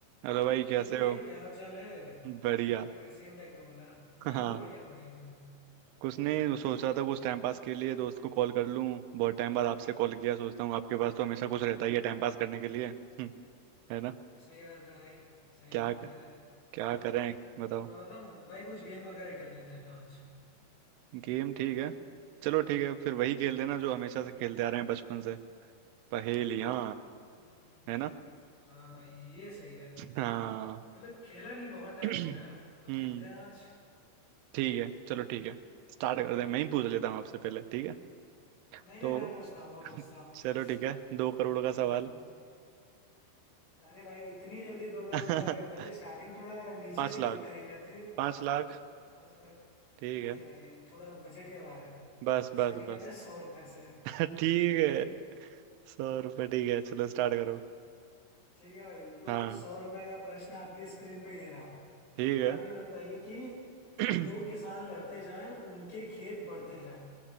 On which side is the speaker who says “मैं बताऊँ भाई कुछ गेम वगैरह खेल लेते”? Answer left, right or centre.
Left